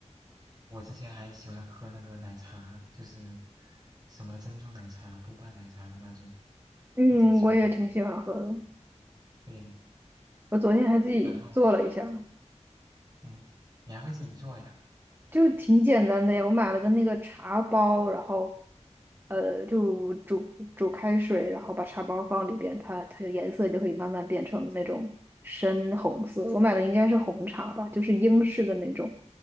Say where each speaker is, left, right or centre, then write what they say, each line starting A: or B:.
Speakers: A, on the right; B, on the right.
A: 我之前还喜欢喝那个奶茶，就是什么珍珠奶茶、波霸奶茶的那种，
B: 嗯，
A: 都挺喜欢喝
B: 我也挺喜欢喝的，
A: 对呀，
B: 我昨天还自己做了一下。
A: 然后嗯，你还会自己做呀？
B: 就挺简单的呀，我买了个那个茶包，然后，呃，就煮煮开水，然后把茶包放里边，它它的颜色就会慢慢变成那种深红色。我买的应该是红茶吧，就是英式的那种，